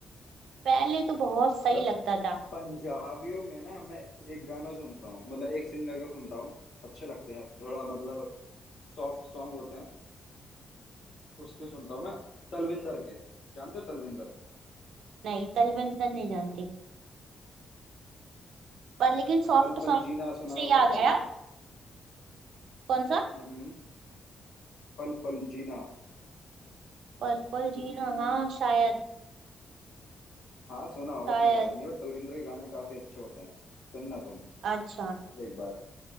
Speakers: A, on the right; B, on the left.
A: पहले तो बहुत सही
B: मैं
A: लगता था
B: पंजाबियों में ना मैं एक गाना सुनता हूँ मतलब एक सिंगर का सुनता हूँ अच्छे लगते हैं थोड़ा मतलब सॉफ्ट सॉन्ग होते हैं उसके सुनता हूँ मैं तलविंदर के जानते हो तलविंदर
A: नहीं तलविंदर नहीं जानती पर लेकिन सॉफ्ट
B: पल पल
A: सॉन्ग
B: जीना सुना
A: से
B: होगा
A: याद
B: ना गाना
A: आया कौन सा
B: हम्म पल पल जीना
A: पर्पल जीना हाँ शायद
B: हाँ सुना होगा
A: शायद
B: तुम्हें याद नहीं है बट तलविंदर के गाने काफी अच्छे होते हैं सुनना तुम
A: अच्छा
B: एक बार